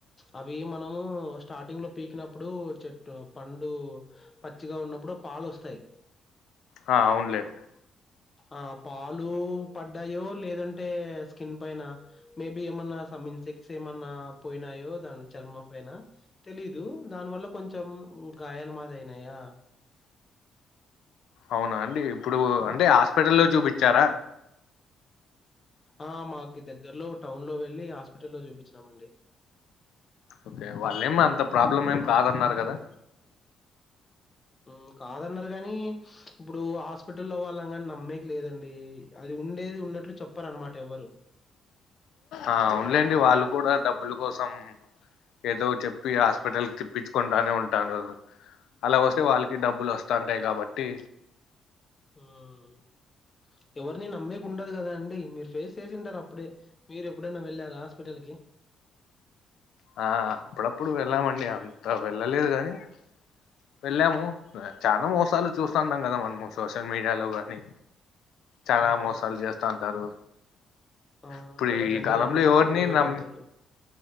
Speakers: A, on the left; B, on the left.
A: అవీ మనము స్టాటింగ్ లో పీకినప్పుడు చె ట్టు పండూ పచ్చిగా ఉన్నప్పుడు ఆ పాలొస్తాయ్
B: హా అవున్ లేండి
A: ఆ పాలు పడ్డాయో లేదంటే స్కిన్ పైన మేబి ఏమన్నా సమ్ ఇన్ సెక్స్ ఏమన్నా పోయ్నాయో దాన్ చర్మం పైన తెలీదు దాన్ వల్ల కొంచెం గాయాల మాదైనాయా
B: అవునా అండి ఇప్పుడు అంటే ఆస్పెటల్లో జూపిచ్చార
A: అహా మా కి దగ్గర్లో టౌన్ లో వెళ్ళి హాస్పిటల్లో జూపిచ్నామండి
B: ఒకే వాళ్ళేమి అంత ప్రాబ్లం ఏమ్ కాదన్నారు కదా
A: ఊ కాదన్నారు గనీ ఇబ్బుడూ హాస్పిటల్లో వాళ్ళన్ నమ్మేక్ లేదండి అది ఉండేది ఉన్నట్లు చొప్పరనమాట ఎవ్వరు
B: ఆ అవున్ లేండి వాళ్ళు కూడా డబ్బులు కోసం ఏదో చెప్ ప్పి
A: హ్మ్.
B: హాస్పిటల్ తిప్పిచ్చుకొంటానే ఉంటాండ్రు అలా వస్తే వాళ్ళకి డబ్బులొస్తాన్ టాయ్ కాబట్టి
A: ఓవ్ ఎవర్ని నమ్మేకుండదు గదా అండి మీర్ ఫేస్ చేసింటారు అప్పుడే మీరేబ్బుడన్న వెళ్యార హాస్పిటల్ కి
B: హా అప్పుడప్పుడు వెళ్ళామండి అంత వెళ్ళలేదు గానీ వెళ్యాము
A: హ్మ్.
B: చాలా మోసాలు చూస్తాంటం గదా మన్ము సోషల్ మీడియాలో గానీ చానా
A: అవునవును.
B: మోసాల్ జేస్తాంటారు
A: ఆ!
B: ఇప్పుడీ
A: ఒకటంటే
B: కాలంలో
A: రెండు జెప్పి
B: ఎవ్వర్ని
A: మరీ
B: నమ్
A: డబ్బులు.